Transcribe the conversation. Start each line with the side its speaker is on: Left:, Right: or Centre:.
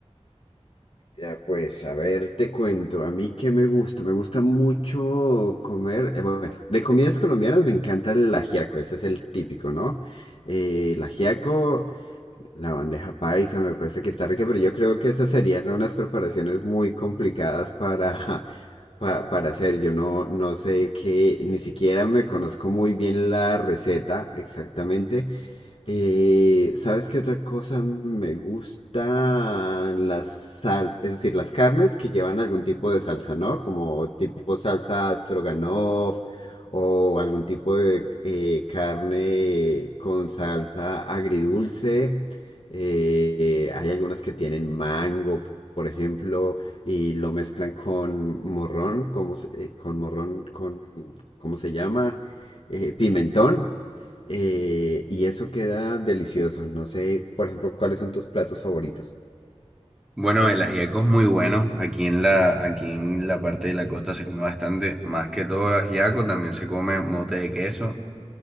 Left: Mira, pues, a ver, te cuento, a mí qué me gusta, me gusta mucho comer, eh, bueno, de comidas colombianas me encanta el ajiaco, ese es el típico, ¿no? Eh, el ajiaco, la bandeja paisa, me parece que está rica, pero yo creo que esas serían unas preparaciones muy complicadas para, <laughs> pa- para hacer, yo no, no sé qué, ni siquiera me conozco muy bien la receta exactamente. Eh, ¿sabes qué otra cosa me gusta? Las salsas, es decir, las carnes que llevan algún tipo de salsa, ¿no? Como tipo salsa stroganoff o algún tipo de eh, carne con salsa agridulce. Eh, hay algunas que tienen mango, por ejemplo, y lo mezclan con morrón, ¿cómo se- eh, con morrón, con, ¿cómo se llama? Eh, pimentón. Eh, y eso queda delicioso. No sé, por ejemplo, cuáles son tus platos favoritos.
Centre: Bueno, el ajiaco es muy bueno. Aquí en la, aquí en la parte de la costa se come bastante. Más que todo ajiaco, también se come mote de queso.